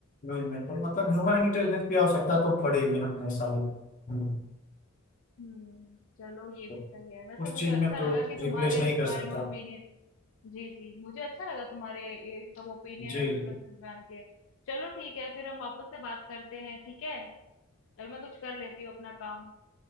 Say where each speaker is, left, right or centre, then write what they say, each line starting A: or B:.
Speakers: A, on the left; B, on the left.
A: न्यूज में तो मतलब
B: अ-
A: ह्यूमन इंटेलिजेंस की आवश्यकता तो पड़ेगी हमेशा ही हम्म,
B: हम्म चलो ये
A: तो
B: भी सही है वैसे
A: उस
B: मुझे
A: चीज
B: अच्छा
A: में तो
B: लगा कि
A: रिप्लेस
B: तुम्हारे
A: नहीं
B: इस
A: कर
B: बारे
A: सकता
B: में ओपिनियन जी जी मुझे अच्छा लगा तुम्हारे ये सब ओपिनियन
A: जी
B: और प्रेफरेंसेस
A: जी
B: जान के चलो ठीक है फिर हम वापस से बात करते हैं ठीक है अभी मैं कुछ कर लेती हूँ अपना काम